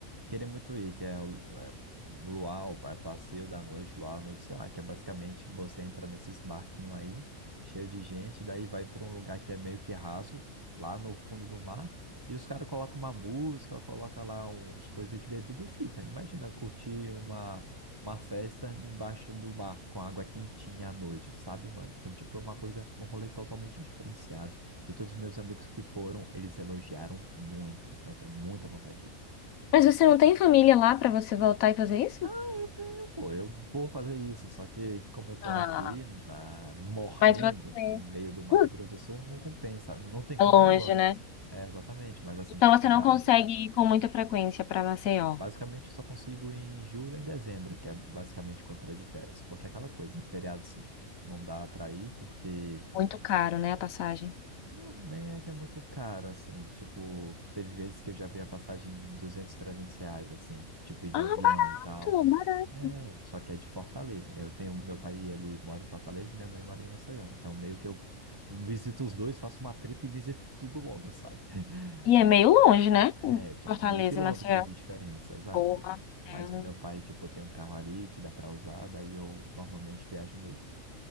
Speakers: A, on the right (about 30°); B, on the left (about 80°).
A: Queria muito ir, que é o é, Luau, vai passeio da noite, Luau à noite, sei lá, que é basicamente você entra nesses barquinhos aí, cheio de gente, daí vai para um lugar que é meio que raso, lá no fundo do mar, e os caras colocam uma música, colocam lá uns coisas de bebida e fica. Imagina curtir uma, uma festa embaixo do mar, com água quentinha à noite, sabe, mano? Então, tipo, é uma coisa, um rolê totalmente diferenciado. E todos os meus amigos que foram, eles elogiaram muito, então tenho muita vontade. de ir.
B: Mas você não tem família lá para você voltar e fazer isso?
A: Não, eu tenho, pô, eu vou fazer isso. Só que como eu tô
B: Ah,
A: aqui na, morrendo
B: mas você
A: no meio do Mato
B: Hum.
A: Grosso do Sul, não compensa, não tem
B: é
A: como
B: longe,
A: ir agora.
B: né?
A: É, exatamente, mas assim,
B: Então
A: chegar,
B: você não consegue ir com muita frequência para Maceió.
A: basicamente eu só consigo ir em julho ou em dezembro, que é basicamente quando eu tô de férias, porque é aquela coisa, em feriados não dá para ir porque
B: Muito caro, né, a passagem.
A: Não, nem é que é muito caro, assim. Tipo, teve vezes que eu já vi a passagem em 200, 300 reais, assim. Tipo, ir de
B: Ah,
A: avião
B: barato,
A: e tal.
B: barato.
A: É, só que é de Fortaleza. Eu tenho, meu pai, ele mora em Fortaleza e minha mãe mora em Maceió. Então, meio que eu visito os dois, faço uma trip e visito tudo logo, sabe? <laughs>
B: E é meio longe, né?
A: É, tipo,
B: Fortaleza
A: mil quilômetros
B: e Maceió.
A: de diferença, exato,
B: Porra,
A: mano. Mas
B: é um-
A: meu pai, tipo, tem um carro ali que dá pra usar, daí eu normalmente viajo nele.